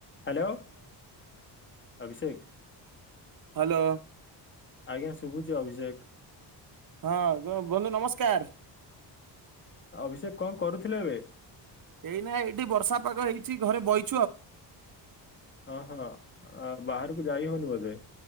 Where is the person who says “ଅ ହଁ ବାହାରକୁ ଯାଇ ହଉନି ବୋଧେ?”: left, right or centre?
Left